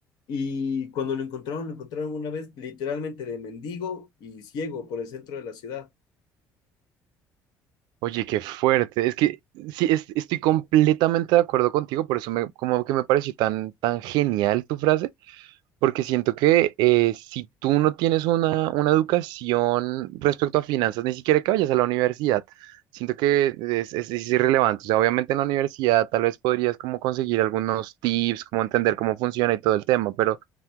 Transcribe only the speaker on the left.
Y cuando lo encontraron, lo encontraron una vez literalmente de mendigo y ciego por el centro de la ciudad,